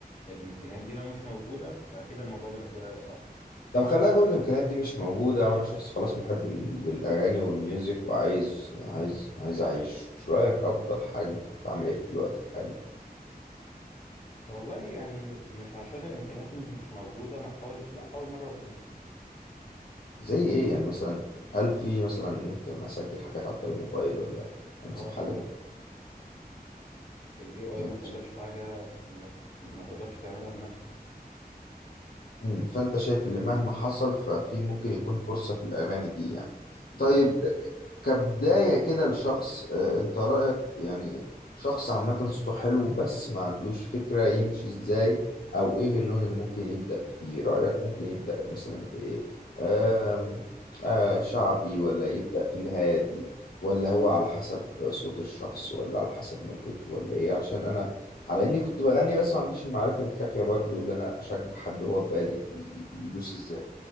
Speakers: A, on the left; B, on the left.
A: الإمكانيات دي لو مش موجودة فأكيد الموضوع بالنسبة له هيبقى صعب
B: طب خلينا نقول الامكانيات دي مش موجوده وانا شخص خلاص محب لل- للاغاني والميوزك وعايز عايز عايز اعيش رايك افضل حاجه ممكن تتعمل ايه في الوقت الحالي
A: والله يعني مش عشان الإمكانيات مش موجودة ما تحاولش لا حاول مرة واتنين
B: زي ايه يعني مثلا هل في مثلا ممكن اسجل حاجات عن طريق الموبايل ولا انسب
A: اه طبعا
B: حل
A: ال AI
B: يعني
A: ما خلاش حاجة انك ما تقدرش تعملها بنفسك
B: امم فانت شايف اللي مهما حصل ففي ممكن يكون فرصه في الاغاني دي يعني
A: بالظبط
B: طيب كبداية كده لشخص آه، انت رأيك يعني شخص عامة صوته حلو بس ما عندوش فكرة يمشي ازاي او ايه اللون اللي ممكن يبدأ فيه رأيك ممكن يبدأ مثلا بايه آم، آه شعبي ولا يبدأ في الهادي ولا هو على حسب صوت الشخص ولا على حسب نبرته ولا ايه علشان انا على اني كنت بغني بس ما عنديش المعرفة الكافية برضو اللي انا اشجع حد هو بادئ ي- يدوس ازاي